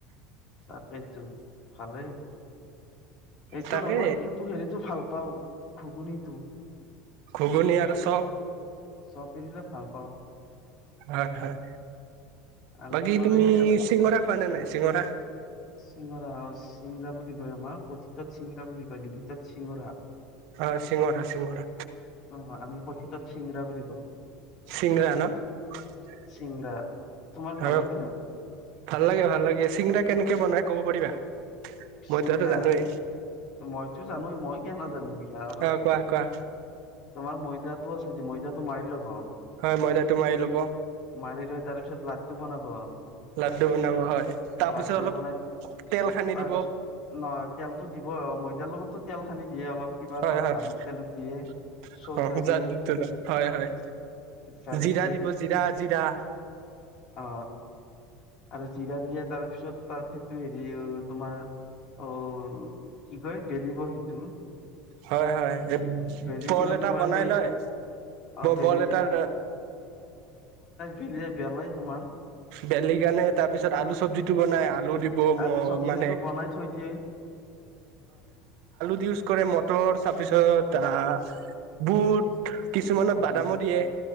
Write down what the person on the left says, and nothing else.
তাকেইতো ভালেই। এইটো
আৰু মই কিন্তু হেৰিটো ভাল পাওঁ, ঘুগুনীটো।
চপ দেখিলে ভাল পাওঁ।
আৰু
তোমাৰ
এই
চিঙৰা অ', চিংৰা বুলি আমাৰ কথিতত চিংৰা বুলি কয়, লিখিতত চিঙৰা।
অ আমি কথিতত চিঙৰা বুলি কওঁ
চিঙৰা তোমাৰ ভাল
লাগে ন
চিংৰা,
মইতো জানোৱেই মই কিয় নাজ <inaudible> <unintelligible>
তোমাৰ ময়দাত <unintelligible> ময়দাটো মাৰি ল'ব।
মাৰি লৈ তাৰ পিছত লাড্ডু বনাব।
লাড্ডু
বনাই
তাৰপিছত,
ন তেলতো দিব ম এয়াৰ লগতো তেল সানি দিয়ে অলপ কিবা
তাত
জালুক
তালুক দিয়ে চৌদা দিয়ে
জালুক
দিয়ে
অ আৰু জিৰা দিয়ে তাৰপিছত, তাত সেইটো হেৰি তোমাৰ, অ'। কি কয়, বেলিব' সেইটো
বেলি
কিনে
তোমাৰ
সেই
অ বেলি
বেলিয় বেলাই তোমাৰ
আলু চব্জিটো বনাই থৈ দিয়ে
অভুত